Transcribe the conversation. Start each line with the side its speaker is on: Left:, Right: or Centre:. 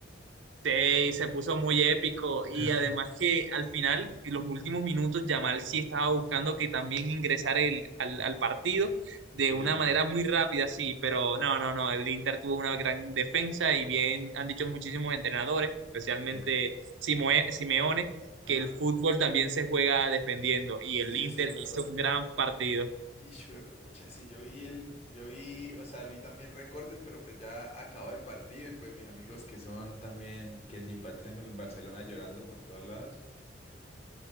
Right: Sí, se puso muy épico y
Left: <laughs>
Right: además que al final, en los últimos minutos, Yamal sí estaba buscando que también ingresar el, al, al partido de
Left: Se
Right: una
Left: llama.
Right: manera muy rápida, sí, pero no, no, no, el Inter tuvo una gran defensa y bien han dicho muchísimos entrenadores, especialmente
Left: Sí.
Right: Simoe- Simeone,
Left: Ajá.
Right: que el fútbol también se juega defendiendo y
Left: Sí,
Right: el Inter
Left: eso es verdad.
Right: hizo un gran partido,
Left: Y de pucha, sí, yo vi el, yo vi, o sea, vi también recortes, pero pues ya acabó el partido y pues mis amigos que son también, que simpatizan con el Barcelona llorando por todos lados.